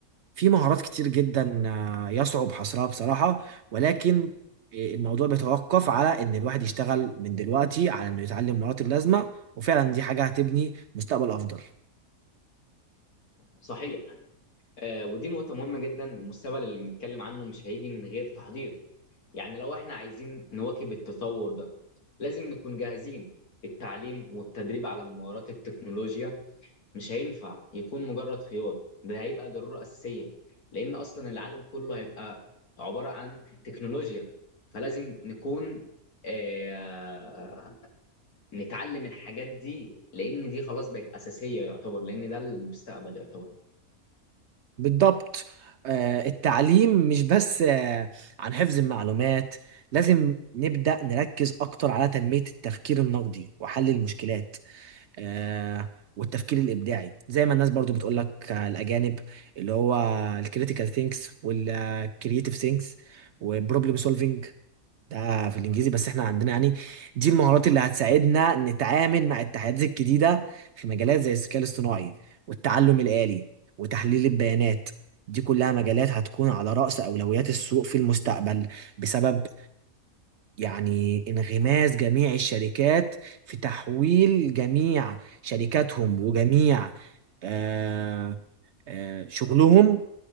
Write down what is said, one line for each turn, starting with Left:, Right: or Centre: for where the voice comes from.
Right: في مهارات كتير جدا آه، يصعب حصرها بصراحة ولكن آه، الموضوع بيتوقف على ان الواحد يشتغل من دلوقتي على انه يتعلم مهارات اللازمة وفعلا دي حاجة هتبني مستقبل افضل
Left: صحيح آه ودي نقطه مهمه جدا المستقبل اللي بنتكلم عنه مش هيجي من غير تحضير يعني لو احنا عايزين نواكب التطور ده لازم نكون جاهزين التعليم والتدريب على مهارات التكنولوجيا مش هينفع يكون مجرد خيار ده هيبقى ضرورة أساسية لأن أصلا العالم كله هيبقى عبارة عن تكنولوجيا فلازم نكون آه، نتعلم الحاجات دي لان دي خلاص بقت اساسيه يعتبر لان ده المستقبل يعتبر
Right: بالضبط آه، التعليم مش بس آه، عن حفظ المعلومات لازم نبدأ نركز اكتر على تنمية التفكير النقدي وحل المشكلات آه والتفكير الابداعي زي ما الناس برضو بتقول لك آه، الاجانب اللي هو الكريتيكال ثينكس والكرييتيف ثينكس وبروبلم سولفينج ده في الانجليزي بس احنا عندنا يعني دي المهارات اللي هتساعدنا نتعامل مع التحديات الجديده في مجالات زي الذكاء الاصطناعي والتعلم الآلي وتحليل البيانات دي كلها مجالات هتكون على رأس أولويات السوق في المستقبل بسبب يعني انغماس جميع الشركات في تحويل جميع شركاتهم وجميع آه، آه، شغلهم